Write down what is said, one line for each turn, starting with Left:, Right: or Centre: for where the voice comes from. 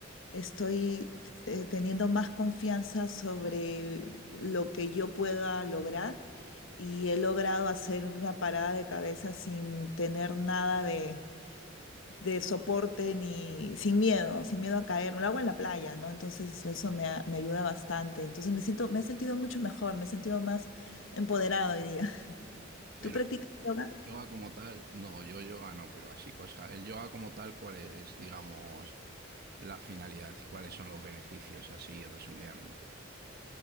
Left: estoy eh, teniendo más confianza sobre lo que yo pueda lograr y he logrado hacer una parada de cabeza sin tener nada de de soporte ni sin miedo, sin miedo a caer. Lo hago en la playa, ¿no? Entonces eso me, ha- me ayuda bastante. Entonces me siento, me he sentido mucho mejor, me he sentido más empoderado hoy día. <laughs>
Right: Pero
Left: ¿Tú practicas
Right: el
Left: yoga?
Right: yoga como tal, no, yo yoga no, pero así cosa. El yoga como tal, ¿cuál es, digamos, la finalidad y cuáles son los beneficios, así resumidamente?